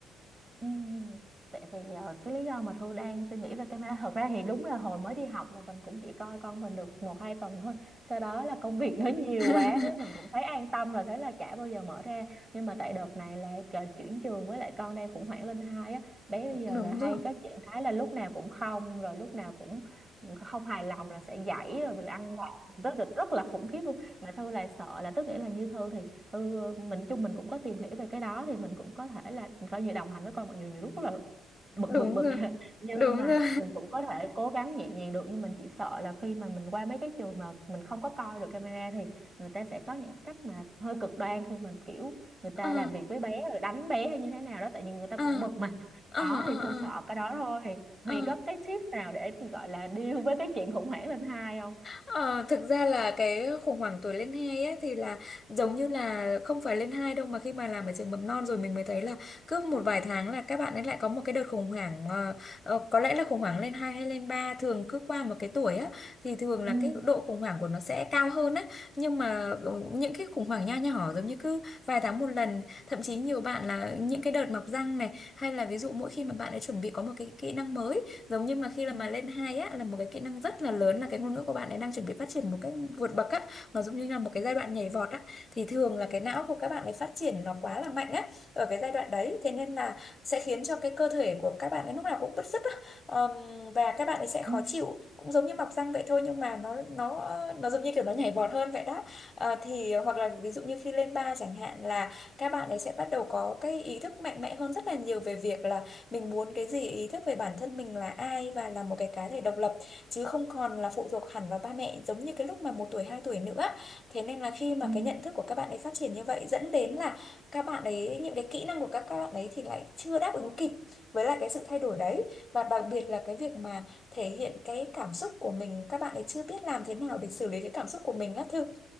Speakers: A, on the right (about 20°); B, on the left (about 20°).
A: Ừm, tại vì ờ, cái lý do mà Thư đang suy nghĩ về camera thật ra thì đúng là hồi mới đi học là mình cũng chỉ coi con mình được một hai tuần thôi sau đó là công việc nó nhiều
B: <laughs>
A: quá đấy mình cũng thấy an tâm rồi thế là chả bao giờ mở ra nhưng mà tại đợt này là cờ- chuyển trường với lại con đang khủng hoảng lên hai á bé bây giờ
B: đúng
A: là hay
B: rồi
A: có chuyện thái là lúc nào cũng không rồi lúc nào cũng không hài lòng là sẽ dãy rồi mình ăn vạ rất là rất là khủng khiếp luôn mà Thư là sợ là tức nghĩa là như Thư thì ừ, mình chung mình cũng có tìm hiểu về cái đó thì mình cũng có thể là coi như đồng hành với con mặc dù nhiều lúc rất là bực
B: đúng
A: bực bực
B: rồi
A: <laughs> nhưng
B: đúng
A: mà
B: rồi
A: mình cũng có thể cố gắng nhẹ nhàng được nhưng mình chỉ sợ là khi mà mình qua mấy cái trường mà mình không có coi được camera thì người ta sẽ có những cách mà hơi cực đoan khi mà kiểu người ta
B: <laughs> ừ
A: làm việc với bé rồi đánh bé hay như thế nào đó tại vì người ta
B: ừ
A: cũng bực mà
B: ừ
A: đó thì thôi
B: ừ
A: sợ cái đó thôi thì Huyền
B: ừ
A: có cái tips nào để gọi là deal với cái chuyện khủng hoảng lên hai không
B: Ờ, thực ra là cái khủng hoảng tuổi lên hai á thì là giống như là không phải lên hai đâu mà khi mà làm ở trường mầm non rồi mình mới thấy là cứ một vài tháng là các bạn ấy lại có một cái đợt khủng hoảng ờ, ờ, có lẽ là khủng hoảng lên hai hay lên ba thường cứ qua một cái tuổi á thì thường là
A: ừ
B: cái độ khủng hoảng của nó sẽ cao hơn á nhưng mà ờ, những cái khủng hoảng nho nhỏ giống như cứ vài tháng một lần thậm chí nhiều bạn là những cái đợt mọc răng này hay là ví dụ mỗi khi mà bạn ấy chuẩn bị có một cái kỹ năng mới giống như mà khi là
A: ừ
B: mà lên hai á là một cái kỹ năng rất là lớn là cái ngôn ngữ của bạn ấy đang chuẩn bị phát triển một cách vượt bậc á nó giống như là một cái giai đoạn nhảy vọt á thì thường là cái não của các bạn ấy phát triển nó quá là mạnh á ở cái giai đoạn đấy thế nên là sẽ khiến cho cái cơ thể của các bạn ấy lúc nào cũng bứt rứt á Ờm, và các bạn ấy sẽ khó
A: ừ
B: chịu cũng giống như mọc răng vậy thôi nhưng mà nó nó nó giống như kiểu nó nhảy vọt hơn vậy đó Ờ, thì hoặc là ví dụ như khi lên ba chẳng hạn là các bạn ấy sẽ bắt đầu có cái ý thức mạnh mẽ hơn rất là nhiều về việc là mình muốn cái gì ý thức về bản thân mình là ai và là một cái cá thể độc lập chứ không còn là phụ thuộc hẳn vào ba mẹ giống như cái lúc mà một tuổi hai tuổi nữa thế nên là khi mà
A: ừ
B: cái nhận thức của các bạn ấy phát triển như vậy dẫn đến là các bạn ấy những cái kỹ năng của các các bạn ấy thì lại chưa đáp ứng kịp với lại cái sự thay đổi đấy và đặc biệt là cái việc mà thể hiện cái cảm xúc của mình các bạn ấy chưa biết làm thế nào để xử lý cái cảm xúc của mình á Thư